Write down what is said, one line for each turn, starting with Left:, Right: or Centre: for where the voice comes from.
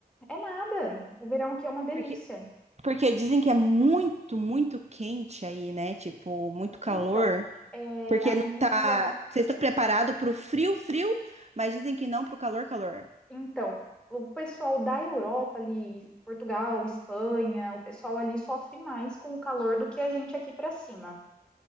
Centre: É nada. O verão aqui é uma delícia.
Right: Porque, porque dizem que é muito, muito quente aí, né? Tipo, muito calor.
Centre: Então, é,
Right: Porque
Centre: ali,
Right: não tá.
Centre: a-
Right: Vocês estão preparados para o frio, frio, mas dizem que não para o calor, calor.
Centre: então, o pessoal da Europa ali, Portugal, Espanha, o pessoal ali sofre mais com o calor do que a gente aqui para cima.